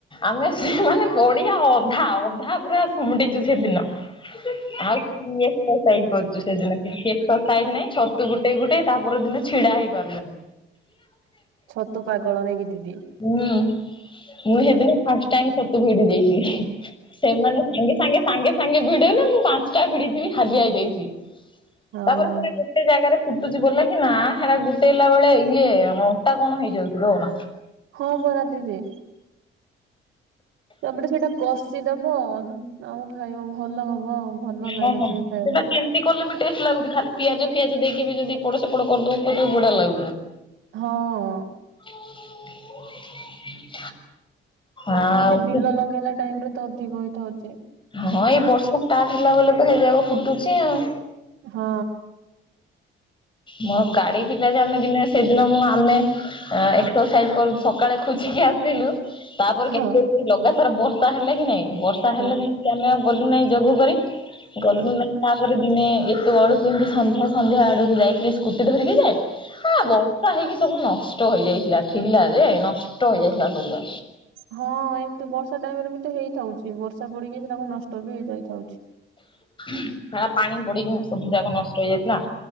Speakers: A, on the left (about 25°); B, on the right (about 90°).
A: ଆମେ ସେ ମାନେ ବଢିଆ ଅଧା ଅଧା ପୁରା କୁମୁଟିଚୁ ସେଦିନ। ଆଉ କି ଏକ୍ସରସାଇଯ କରୁଛୁ ସେଦିନ କିଛି ଏକ୍ସରସାଇଯ ନାଇଁ ଛତୁ ଗୋଟେଇ ଗୋଟେ ଇ ତାପରଦିନ ଛିଡା ହେଇପାରିଲୁନ
B: ଛତୁ ପାଗଳ ନାଇକି ଦିଦି
A: ହୁଁ ମୁଁ ସେଦିନ ଫାଷ୍ଟ ଟାଇ ସତୁ ଭିଡି ଦେଇଚି ସେମାନେ ସାଙ୍ଗେ ସାଙ୍ଗେ ସାଙ୍ଗେ ସାଙ୍ଗେ ଭିଡି ଗଲେ ମୁଁ ପାଞ୍ଚଟା ଭିଡି ଥିବି ହାଲିଆ ହେଇଯାଇଚି।
B: ହଁ
A: ତା ପରେ ପୁଣି ଗୋଟେ ଜାଗାରେ ଫୁଟୁଛି ବୋଲେ କି ନା ହେରା ଗୋଟେଇଲା ବେଳେ ଇଏ ଅଣ୍ଟା କଣ ହେଇଯାଉଚିଲୋ। ମା
B: ହଁ ପରା ଦିଦି ସମେତ ସେଟା କଷି ଦବ ଅ ଆଉ ଖାଇବ ଭଲ ହବ ଆଉ। ଭଲ
A: ହଁ
B: ଲାଗୁଛି
A: ହଁ
B: ଖାଇବା
A: ସେଟା
B: ପାଇଁ
A: ଗେମ୍ ସେ କଲେ ବି ଟେଷ୍ଟ ଲାଗୁଛି ଖାଲି ପିଆଜ ଫିଆଜ ଦେଇକି ବି ଯଦି ଏପଡ ସେପଡ କରିଦେବ ବି ବଢିଆ ଲା
B: ହଁ।
A: <inaudible> ଆଉ
B: ଏମିତି ବିଲ ଲଗେଇଲା ଟାଇମ ରେ ତ ଅଧିକ ହେଇଥାଉଛି
A: ହଁ ଏଇ ବର୍ଷା ଷ୍ଟାର୍ଟ ହେଲା ବୋଲି ତ ହେଇଯାକ ଫୁଟୁଛି ଆଉ।
B: ହଁ।
A: ମୋର ଗାଡି ଥିଲା ଯେ ଆମେ ଦିନେ ସେଦିନ ମୁ ଆମେ ଏକ୍ସରସାଇଜ କରୁ ସ ସକାଳେ ଖୋଜିକି ଆସିଲୁ ତାପରେ
B: ହଁ
A: କେତେ ଦିନ ଲଗାତାର ବର୍ଷା ହେଲା କି ନାଇଁ? ବର୍ଷା
B: ହଁ
A: ହେଲାନି କି ଆମେ ଆଉ ଗଲୁ ନାହିଁ ଯୋଗ କରି ଗଲୁନୁ
B: ହଁ
A: ନାହିଁ ତାପରେ ଦିନେ ଏତେ ବଳକୁ ଏମିତି ସନ୍ଧ୍ୟା ସନ୍ଧ୍ୟା ଆଡକୁ ଯାଇଥିଲି ସ୍କୁଟି ଧରିକି ଯେ ହଁ ବୋ ବର୍ଷା ହେଇକି ସବୁ ନଷ୍ଟ ହେଇଯାଇଥିଲା ଥିଲା ଯେ ନଷ୍ଟ ହେଇଯାଇଥିଲା ସବୁଯା
B: ହଁ ଏମିତି ବର୍ଷା ଟାଇମ ରେ ବି ତ ହେଇଥାଉଛି ବର୍ଷା ପଡିକି ସେଟାକ ନଷ୍ଟ ବି ହେଇଯାଇଥାଉଛି।
A: <inaudible> ପାଣି ପଡିକିନା ସବୁ ଯାକ ନଷ୍ଟ ହେଇଯାଇଥିଲା।